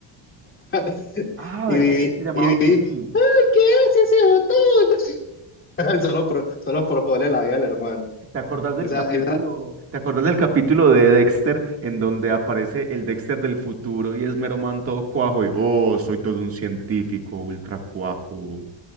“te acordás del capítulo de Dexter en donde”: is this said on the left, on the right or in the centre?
Right